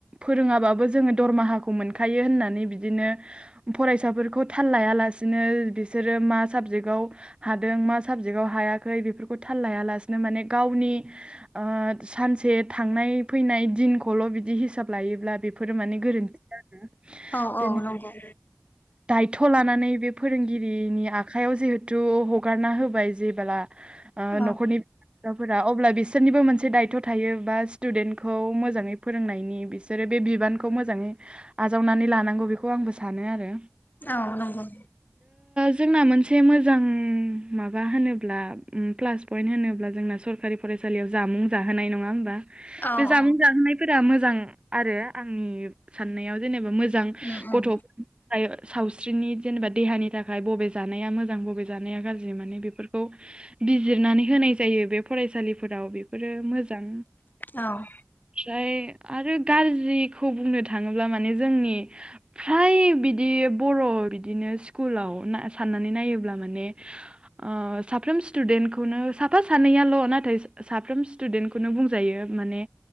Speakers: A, on the right; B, on the left.
A: फोरोंङाबाबो जोङो दरमाहाखौ मोनखायो होननानै बिदिनो फरायसाफोरखौ थाल लायालासिनो बिसोरो मा साबजेक्टआव हादों मा साबजेक्टआव हायाखै बेफोरखौ थाल लायालासिनो माने गावनि ओ सानसे थांनाय फैनाय दिनखौल' बिदि हिसाब लायोब्ला बेफोरो माने गोरोन्थि आरो
B: औ
A: जेनेबा
B: औ नंगौ
A: दायथ' लानानै बे फोरोंगिरिनि आखाइयाव जिहेथु हगारना होबाय जेबोला ओ
B: औ
A: न'खरनि सिराफोरा अब्ला बिसोरनिबो मोनसे दायथ' थायो बा स्टुदेन्टखौ मोजांङै फोरोंनायनि बिस बिसोरो बे बिबानखौ मोजांङै आजावनानै लानांगौ बेखौ आंबो सानो आरो
B: औ नंगौ
A: जोंना मोनसे मोजां माबा होनोब्ला उम प्लास पयन्ट होनोब्ला जोंना सरखारि फरायसालियाव जामुं जाहोनाय नंङा होनबा
B: औ
A: बे जामुं
B: औ
A: जाहोनायफोरा मोजां आरो आंनि साननायाव जेनेबा मोजां मोजां
B: उम उम
A: गथ' सावस्रिनि जेनेबा देहानि नि थाखाय बबे जानाया मोजां बबे जानाया गाज्रि माने बेफोरखौ बिजिरनानै होनाय जायो बे फरायसालिफोराव बेफोरो मोजां
B: औ
A: ओमफ्राय आरो गाज्रिखौ बुंनो थांङोब्ला माने जोंनि फ्राय बिदि बर' बिदिनो स्कुलाव साननानै नायोब्ला माने ओ साफ्रोम स्टुडेन्टखौनो साफा सानैयाल' नाथाय साफ्रोम स्टुदेन्टखौनो बुंजायो माने